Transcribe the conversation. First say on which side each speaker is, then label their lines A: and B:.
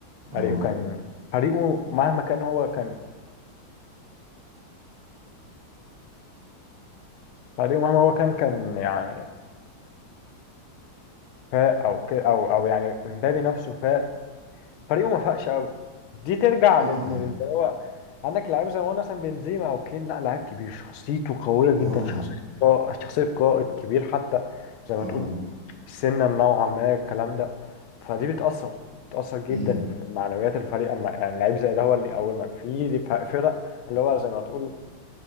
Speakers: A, on the right; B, on the left.
A: اه
B: فريقه كان فريقه مهما كان هو كان فريقه مهما هو كان كان يعني فاق او كده او او يعني امبابي نفسه فاق فريقه ما فاقش قوي دي ترجع
A: اه
B: لان اللي هو عندك لعيب زي ما قلنا مثلا بنزيما او كين لا لعيب كبير شخصيته قويه جدا
A: اه
B: شخصيه قا- شخصيه قائد كبير حتى زي
A: اه
B: ما تقول سنا نوعا ما الكلام ده فدي بتاثر بتاثر جدا
A: امم
B: في معنويات الفريق اما يعني لعيب زي ده هو اللي يقومك في ف- فرق اللي هو زي ما تقول